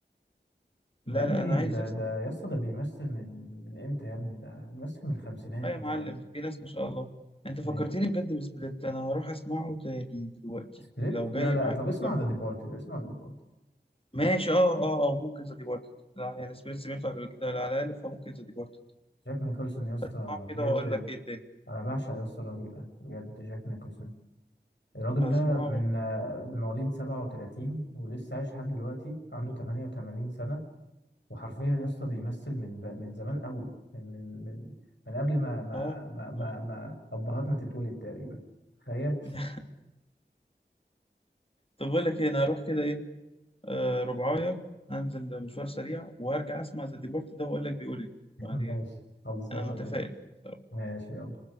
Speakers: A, on the left; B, on the left.
A: ده
B: لا
A: يا ابني
B: لا انا عايز
A: ده
B: اسمع
A: ده يا اسطى ده بيمثل من من امتى يا ابني ده بيمثل من الخمسينات
B: اه يا
A: متهيألي
B: معلم في ناس ما شاء الله انت فكرتني
A: يعني
B: بجد بسبليت انا هروح اسمعه تاني دلوقتي
A: سبليت
B: لو
A: لا
B: جاي
A: لا
B: معاك
A: طب اسمع
B: يلا
A: ذا ديبارتد اسمع ذا ديبارتد
B: ماشي اه اه او ممكن ذا ديبارتد لا يعني سبليت سمعته قبل كده على الاقل فممكن ذا ديبارتد
A: جاك نيكولسون يا اسطى
B: هسمعه كده
A: بجد
B: واقول لك ايه الدنيا
A: انا بعشق يا اسطى الراجل ده بجد جاك نيكولسون الراجل
B: هسمعه
A: ده من آه، مواليد 37 ولسه عايش لحد دلوقتي عنده 88 سنة وحرفيا يا اسطى بيمثل من ب- من زمان قوي من من من من قبل ما ما
B: اه
A: ما ما,
B: اه
A: ما ابهاتنا تتولد تقريبا تخيل
B: <laughs> طب بقول لك ايه انا هروح كده ايه آه ربعايه هنزل مشوار سريع وهرجع اسمع ذا ديبارتد ده واقول لك بيقول ايه
A: <laughs>
B: يعني
A: ماشي خلصانه
B: انا متفائل
A: ماشي
B: فيه بصراحة.
A: ماشي يلا